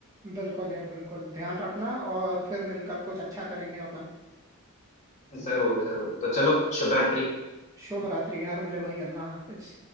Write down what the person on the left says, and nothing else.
जरूर जरूर तो चलो शुभ रात्रि